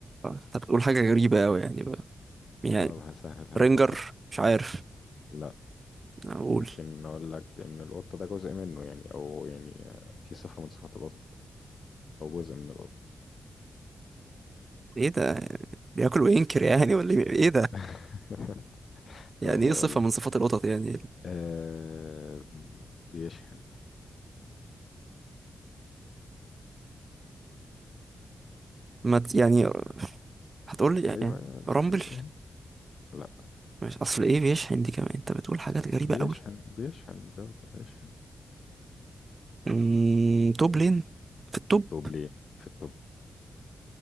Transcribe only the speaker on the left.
طب هسهلها
لك اكتر
لا
ممكن اقول لك ان القطه ده جزء منه يعني او يعني آه، في صفه من صفات القطط او جزء من القطط
<laughs>
طب هقول
لك
آه بيشحن
ايوه
أيوة،
آه، آه. لا
بيشحن
بيشحن بيفضل يشحن
طوب ليه في الطب